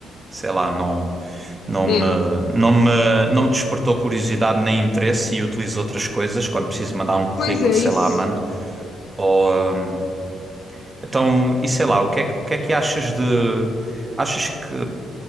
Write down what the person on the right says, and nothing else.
sei lá, não, não
me, não me, não me despertou curiosidade nem interesse e utilizo outras coisas quando preciso mandar um currículo,
sei
lá, mando. Ou, hum, então, e sei lá, o que é, que- o que é que achas de. Achas que